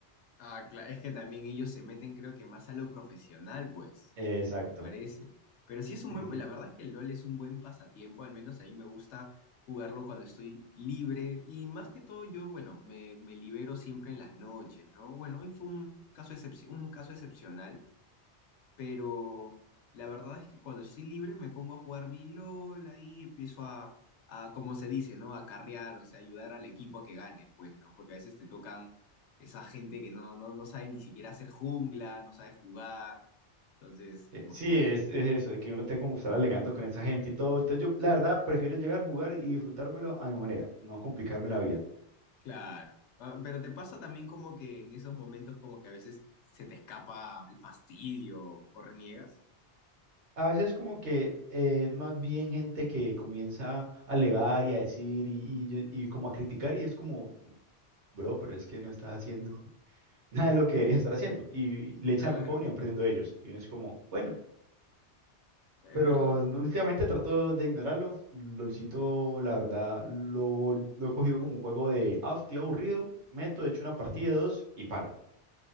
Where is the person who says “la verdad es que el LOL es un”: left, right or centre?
Left